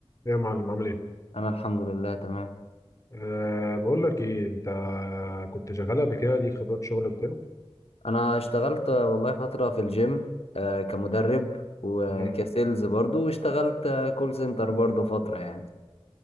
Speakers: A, on the left; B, on the left.
A: يا معلم عامل ايه؟
B: انا الحمد لله تمام
A: أه بقول لك ايه انت كنت شغال قبل كده ليك خبرات شغل وكده؟
B: انا اشتغلت آه، والله فترة في الجيم آه، كمدرب وكسيلز
A: امم
B: برضو واشتغلت آه، كول سنتر برضو فترة يعني